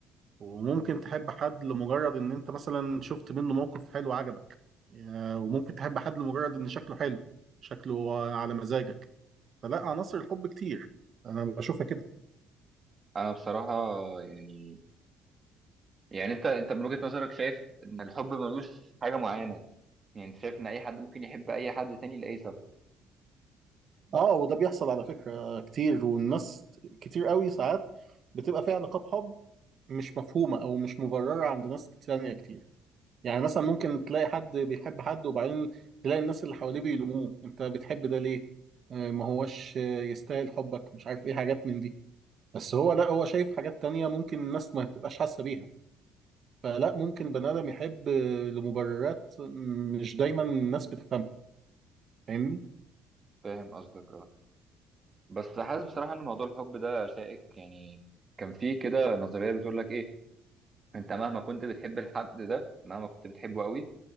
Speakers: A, on the right; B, on the right.
A: وممكن تحب حد لمجرد ان انت مثلا شفت منه موقف حلو عجبك يا- وممكن تحب حد لمجرد ان شكله حلو شكله على مزاجك فلا عناصر الحب كتير انا بشوفها كده
B: أنا بصراحة يعني يعني أنت أنت من وجهة نظرك شايف إن الحب ملوش حاجة معينة يعني أنت شايف إن أي حد ممكن يحب أي حد تاني لأي سبب
A: اه وده بيحصل على فكرة كتير والناس كتير قوي ساعات بتبقى فيها علاقات حب مش مفهومة او مش مبررة عند ناس تانية كتير يعني مثلا ممكن تلاقي حد بيحب حد وبعدين تلاقي الناس اللي حواليه بيلوموه انت بتحب ده ليه آه، ما هوش آه، يستاهل حبك مش عارف ايه حاجات من دي بس هو لا هو شايف حاجات تانية ممكن الناس ما تبقاش حاسة بيها فلا ممكن بني آدم يحب لمبررات مش دايما الناس بتفهمها فاهمني
B: فاهم قصدك أه بس حاسس بصراحة إن موضوع الحب ده شائك يعني كان فيه كده نظرية بتقول لك إيه انت مهما كنت بتحب الحد ده مهما كنت بتحبه قوي